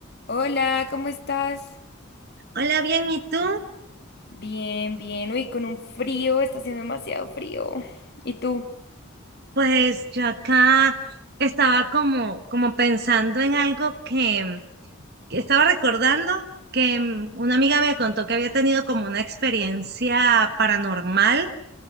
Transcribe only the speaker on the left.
Hola, ¿cómo estás?
Bien, bien. Uy, con un frío, está haciendo demasiado frío. ¿Y tú?